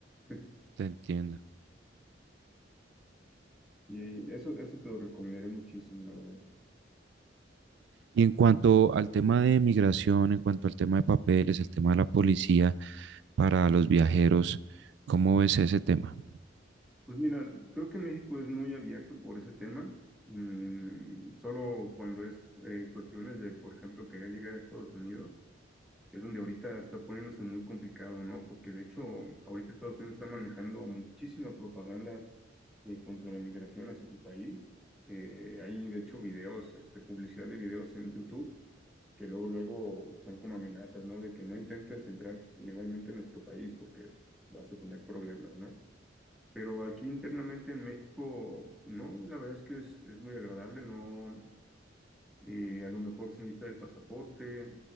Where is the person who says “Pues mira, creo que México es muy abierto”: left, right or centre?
Centre